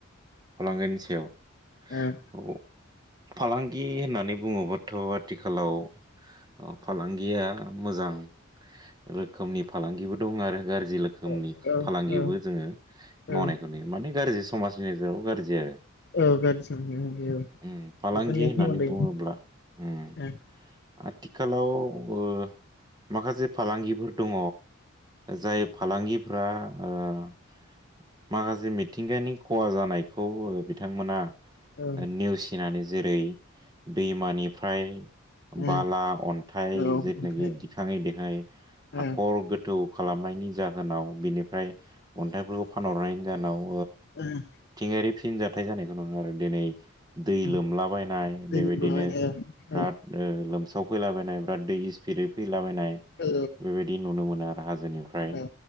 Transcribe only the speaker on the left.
उम
ओ ओ औ
औ
औ
औ गाज्रि साननाय औ
बेफोरनि
सोमोन्दै
ओ
औ
ओ
औ
ओमफ्राय
ओ
ओम
ओ
दै
लोमलाबायनाय औ
औ
औ